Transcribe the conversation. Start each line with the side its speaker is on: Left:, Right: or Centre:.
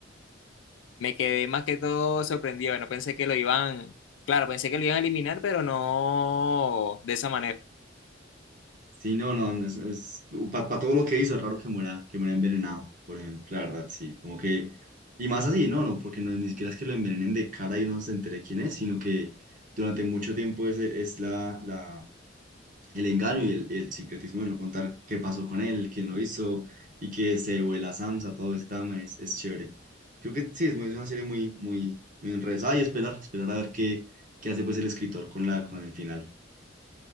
Left: Me quedé más que todo sorprendido. No pensé que lo iban, claro, pensé que lo iban a eliminar, pero no de esa manera.
Right: Sí, no, no. no, es para todo lo que hizo, es raro que muera, que muera envenenado, por ejemplo. La verdad, sí. Como que. Y más así, no, no, porque no, ni siquiera es que lo envenenen de cara y uno no se entere quién es, sino que durante mucho tiempo es, es la, la, el engaño y el, el sincretismo de no contar qué pasó con él, quién lo hizo y que se vuela Samsa, todo ese tema es, es chévere. Creo que sí, es, muy- es una serie muy, muy, muy enrevesada y esperar, esperar a ver qué, qué hace pues el escritor con la, con el final.